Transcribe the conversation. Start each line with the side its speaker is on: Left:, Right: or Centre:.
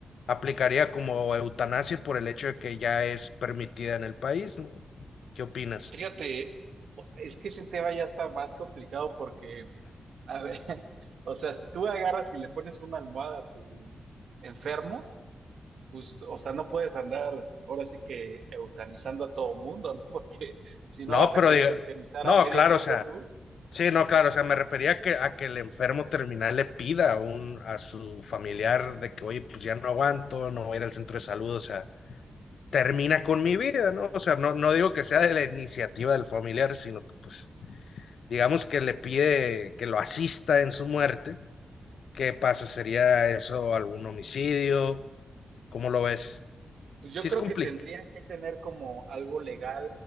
Left: aplicaría como eutanasia por el hecho de que ya es permitida en el país, ¿no? ¿Qué opinas?
Right: Fíjate, es que ese tema ya está más complicado porque A ver, <laughs> o sea, si tú agarras y le pones una almohada a tu enfermo, pues, o sea, no puedes andar ahora sí que eutanizando a todo mundo, ¿no? <laughs> Porque si
Left: No,
Right: no vas
Left: pero
Right: a querer
Left: diga-
Right: eutanizar
Left: no,
Right: a medio
Left: claro,
Right: mundo
Left: o sea,
Right: tú,
Left: sí, no, claro, o sea, me refería a que, a que el enfermo terminal le pida a, un, a su familiar de que, oye, pues ya no aguanto, no voy a ir al centro de salud, o sea, termina con mi vida, ¿no? O sea, no, no digo que sea de la iniciativa del familiar, sino que, pues, digamos que le pide que lo asista en su muerte. ¿Qué pasa? ¿Sería eso algún homicidio? ¿Cómo lo ves?
Right: Pues yo
Left: Sí,
Right: creo
Left: es complicado.
Right: que tendrían que tener como algo legal